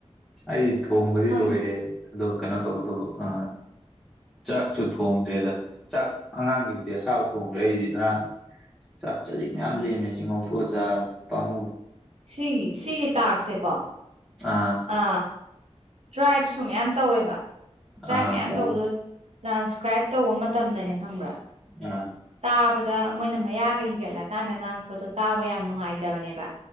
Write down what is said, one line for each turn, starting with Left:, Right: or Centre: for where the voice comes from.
Centre: ꯑꯩ ꯊꯣꯡꯕꯗꯤ
Right: ꯈꯪ
Centre: ꯂꯣꯏꯔꯦ ꯑꯗꯣ ꯀꯩꯅꯣ ꯇꯧꯒꯗꯧꯕ ꯑ ꯆꯥꯛꯁꯨ ꯊꯣꯡꯗ꯭ꯔꯦꯗ ꯆꯥꯛ ꯑꯉꯥꯡꯒꯤꯕꯨꯗꯤ ꯑꯁꯥꯕ ꯊꯣꯡꯈ꯭ꯔꯦ ꯑꯩꯗꯤ ꯅꯔꯥꯡ ꯆꯥꯛ ꯆꯥꯖꯤꯛ ꯃꯌꯥꯝ
Right: ꯎꯝ
Centre: ꯂꯦꯝꯃꯦ ꯑꯁꯤ ꯉꯧꯊꫭꯛꯑ ꯆꯥꯔꯦ ꯄꯥꯃꯨꯔ‌ꯦ
Right: ꯁꯤꯒꯤ ꯁꯤꯒꯤ ꯇꯥꯛꯁꯁꯦꯀꯣ
Centre: ꯑꯥ
Right: ꯑ ꯇ꯭ꯔꯥꯏꯞꯁꯨ ꯃꯌꯥꯝ ꯇꯧꯋꯦꯕ ꯇ꯭ꯔꯥꯏꯞ
Centre: ꯑꯥ
Right: ꯃꯌꯥꯝ
Centre: ꯇꯧ
Right: ꯇꯧꯕꯗꯣ ꯇ꯭ꯔꯥꯟꯁꯀ꯭ꯔꯥꯏꯞ ꯇꯧꯕ ꯃꯇꯝꯗꯅꯦ ꯈꯪꯕ꯭ꯔꯥ
Centre: ꯑ
Right: ꯇꯥꯕꯗ ꯃꯣꯏꯅ ꯃꯌꯥꯒ ꯍꯤꯒꯠꯂꯀꯥꯟꯗ ꯉꯥꯡꯉꯛꯄꯗꯣ ꯇꯥꯕ ꯌꯥꯝ ꯅꯨꯡꯉꯥꯏꯇꯕꯅꯦꯕ